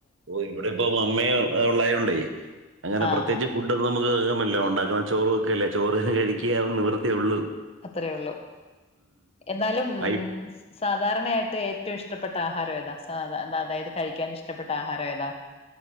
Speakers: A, on the right; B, on the left.
A: ഓ ഇവിടിപ്പോ മമ്മയോ ഒള്ളായോണ്ടെ അങ്ങന
B: ആ
A: പ്രേത്തെച്ച്
B: ആ
A: ഫുഡൊക്കെ നമുക്ക് നമല്ലെ ഒണ്ടാക്കുന്ന ചോറു ഒക്കെല്ലെ ചോറ് കഴിക്കുക നിവൃത്തിയോള്ളൂ
B: അത്രേ ഒള്ളു എന്നാലും ഉം
A: ഐ
B: സാധാരണയായിട്ട് ഏറ്റോം ഇഷ്ടപ്പെട്ട ആഹാരം ഏതാ സാധ അത അതായത് കഴിക്കാനിഷ്ടപ്പെട്ട ആഹാരം ഏതാ